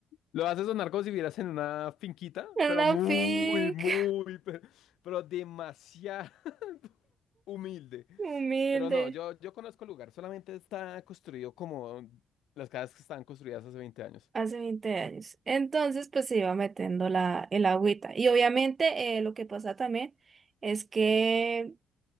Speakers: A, on the left (about 80°); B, on the right (about 40°).
A: Lo haces sonar como si vivieras en una finquita,
B: En
A: pero
B: una
A: muy,
B: finca
A: muy, pe- pero, demasiado <laughs> humilde.
B: humilde
A: Pero no, yo, yo conozco el lugar, solamente está construido como las casas que estaban construidas hace 20 años.
B: hace veinte años. Entonces, pues se iba metiendo la, el agüita. Y obviamente, eh, lo que pasa también es que